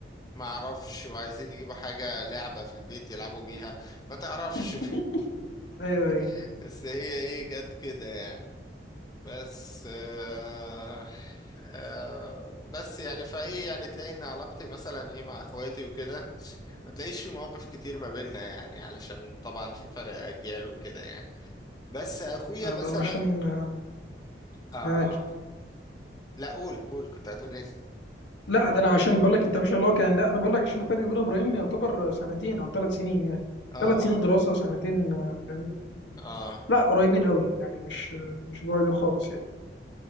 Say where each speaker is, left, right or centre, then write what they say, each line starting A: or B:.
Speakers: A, on the left (about 20°); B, on the left (about 85°).
A: ما أعرفش وعايزين يجيبوا حاجة لعبة في البيت يلعبوا بيها ما تعرفش
B: <laughs> ايوه ايوه
A: <laughs> بس هي إيه جت كده يعني بس آه آه بس يعني فايه يعني تلاقي ان علاقتي مثلا ايه مع اخواتي وكده ما تلاقيش في مواقف كتير ما بيننا يعني علشان طبعا في فرق اجيال وكده يعني بس اخويا
B: لا،
A: مثلا
B: ده انا عشان آه،
A: آه
B: معاك
A: لا قول قول كنت هتقول ايه
B: لا ده انا عشان بقول لك انت مش اللي هو كان لا انا بقول لك عشان الفرق بين ابراهيم يعتبر سنتين او ثلاث سنين يعني
A: اه
B: ثلاث سنين دراسه سنتين آه، فاهمني
A: اه
B: لا قريبين قوي يعني مش مش بعيد خالص يعني